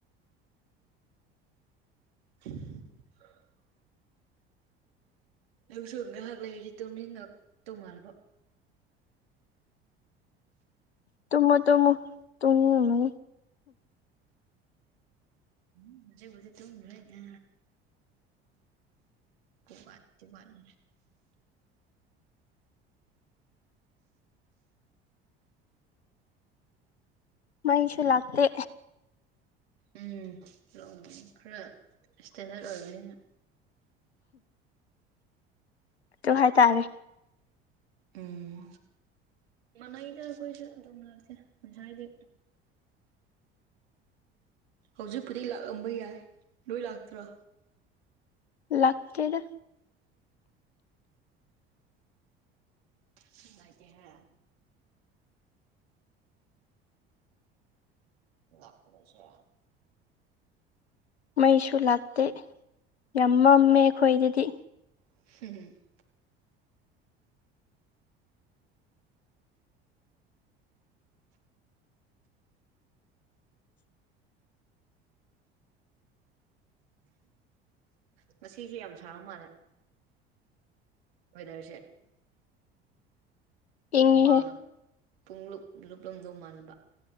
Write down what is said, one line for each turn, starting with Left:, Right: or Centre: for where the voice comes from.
Right: <inaudible> ꯑꯩꯕꯨꯁꯨ ꯉꯥꯍꯥꯛ ꯂꯩꯔꯗꯤ ꯇꯨꯃꯤꯡ ꯉꯛ ꯇꯧ ꯃꯥꯜꯂꯕ
Left: ꯇꯝꯃꯣ ꯇꯝꯃꯣ ꯇꯨꯝꯒꯅꯨ
Right: ꯎꯝ ꯑꯩꯕꯨꯗꯤ ꯇꯨꯝꯔꯔꯣꯏꯗꯥ ꯋ <unintelligible> ꯋꯥꯅꯤ
Left: ꯃꯩꯁꯨ ꯂꯥꯛꯇꯦ
Right: ꯎꯝ ꯈꯔ ꯁꯇꯦꯟꯗꯔꯠ ꯑꯣꯏꯕꯅꯤꯅ
Left: ꯗꯨ ꯍꯥꯏꯇꯥꯔꯦ
Right: ꯎꯝ ꯃꯅꯩꯗ ꯑꯩꯈꯣꯏꯁꯨ ꯑꯗꯨꯝ ꯂꯥꯛꯇꯦ ꯉꯁꯥꯏꯗꯤ ꯍꯧꯖꯤꯛꯄꯨꯗꯤ ꯂꯥꯛꯑꯝꯕ ꯌꯥꯏ ꯂꯣꯏ ꯂꯥꯛꯇ꯭ꯔꯣ
Left: ꯂꯥꯛꯇꯗ
Right: ꯅꯨꯡꯉꯏꯇꯦꯍꯦ ꯂꯥꯛꯇꯕꯁꯦ
Left: ꯃꯩꯁꯨ ꯂꯥꯛꯇꯦ ꯌꯥꯝ ꯃꯝꯃꯦ ꯈꯣꯏꯗꯗꯤ
Right: <inaudible> ꯉꯁꯤꯖꯨ ꯌꯥꯝ ꯁꯥꯕ ꯃꯥꯜꯂꯦ ꯋꯦꯗꯔꯁꯦ
Left: ꯏꯪꯉꯤꯍꯦ
Right: ꯍꯨꯃꯥꯡꯅ ꯄꯨꯡꯂꯨꯞ ꯂꯨꯞꯂꯝꯗꯧ ꯃꯥꯥꯟꯕ